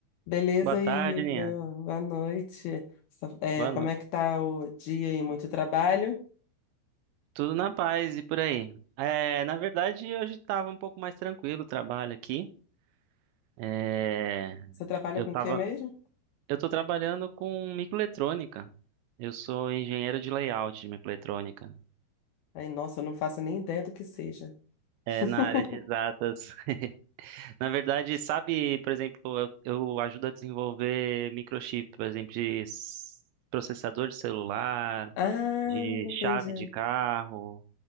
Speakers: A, on the left (about 80°); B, on the right (about 80°).
A: Beleza
B: Boa
A: aí,
B: tarde, Nina.
A: boa noite. Só- é,
B: Boa
A: como
B: noite.
A: é que tá o dia e muito trabalho?
B: Tudo na paz e por aí. É, na verdade, hoje estava um pouco mais tranquilo o trabalho aqui. É,
A: Você trabalha
B: eu
A: com
B: tava,
A: o que mesmo?
B: eu tô trabalhando com microeletrônica. Eu sou engenheiro de layout de microeletrônica.
A: Ai, nossa, eu não faço nem ideia do que seja.
B: É,
A: <laughs>
B: na área de exatas. <laughs> Na verdade, sabe, por exemplo, eu, eu ajudo a desenvolver microchip, por exemplo, de s- processador de celular,
A: Ah,
B: de
A: entendi.
B: chave de carro,